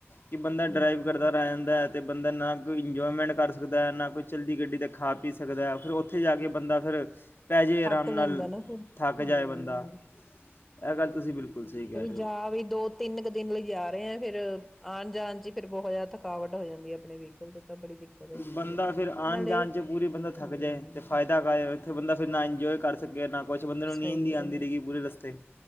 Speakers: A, on the left; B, in the centre.
A: ਕਿ ਬੰਦਾ
B: ਹੂੰ
A: ਡਰਾਈਵ ਕਰਦਾ ਰਹਿ ਜਾਂਦਾ ਏ ਅਤੇ ਬੰਦਾ ਨਾ ਕੋਈ ਇੰਜੋਏਮੈਂਟ ਕਰ ਸਕਦਾ ਨਾ ਕੋਈ ਚਲਦੀ ਗੱਡੀ 'ਤੇ ਖਾ ਪੀ ਸਕਦਾ ਫਿਰ ਓੱਥੇ ਜਾ ਕੇ ਬੰਦਾ ਫਿਰ ਪੈ ਜੇ ਆਰਾਮ
B: ਥੱਕ
A: ਨਾਲ
B: ਜਾਂਦਾ ਨਾ ਫਿਰ ਹਂ
A: ਥੱਕ ਜਾਏ ਬੰਦਾ ਇਹ ਗਲ ਤੁਸੀਂ ਬਿਲਕੁਲ ਸਹੀ ਕੈਹ
B: ਜਾ ਵੀ ਦੋ ਤਿੰਨ ਕੁ ਦਿਨ ਲਈ ਜਾ ਰਹੇ ਆ ਫਿਰ ਆਉਣ ਜਾਣ ਚਇ ਫਿਰ ਬਹੁਤਜ਼ਯਾਦਾ ਥਕਾਵਟ ਹੋ ਜਾਂਦੀ ਹੈ, ਆਪਣੇ ਵਹੀਕਲ ਤੇ ਤਾਂ ਬੜੀ ਦਿੱਕਤ ਹੁੰਦੀ
A: ਬੰਦਾ
B: ਹੈ,
A: ਫਿਰ ਆਉਣ
B: ਨਾਲੇ
A: ਜਾਣ ਚ ਪੂਰੀ ਬੰਦਾ ਥੱਕ
B: ਹੂੰ
A: ਜਾਏ ਤੇ ਫਾਇਦਾ ਕਾਯ ਉੱਥੇ ਬੰਦਾ ਫਿਰ ਨ ਇੰਜੋਏ ਕਰ ਸਕੇ ਨਾ ਬੰਦੇ ਨੂੰ
B: ਸਹੀ
A: ਨੀਂਦ ਹੀ ਆਉਂਦੀ
B: ਗੱਲ
A: ਰਹੇਗੀ
B: ਹੈ।
A: ਪੂਰੇ ਰਸਤੇ